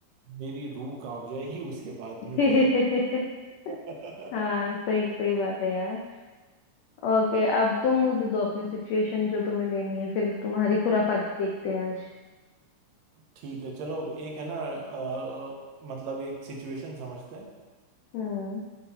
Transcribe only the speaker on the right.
मेरी रूह कांप जाएगी उसके बाद
में तो <laughs>
ठीक है चलो एक है ना अ, मतलब एक सिचुएशन समझते हैं